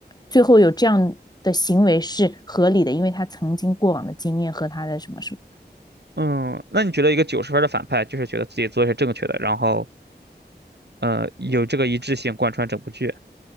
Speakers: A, on the left; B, on the right.
A: 最后有这样的行为是合理的，因为他曾经过往的经验和他的什么什么。
B: 嗯，那你觉得一个九十分儿的反派，就是觉得自己做的是正确的，然后呃有这个一致性贯穿整部剧？